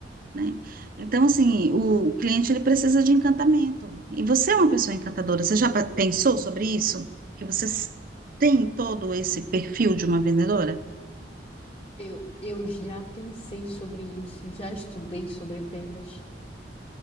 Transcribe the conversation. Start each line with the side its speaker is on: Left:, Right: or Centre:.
Right: né? Então, assim, o cliente ele precisa de encantamento. E você é uma pessoa encantadora. Você já pa- pensou sobre isso? Que você s- tem todo esse perfil de uma vendedora?
Left: Eu, eu já pensei sobre isso, já estudei sobre vendas,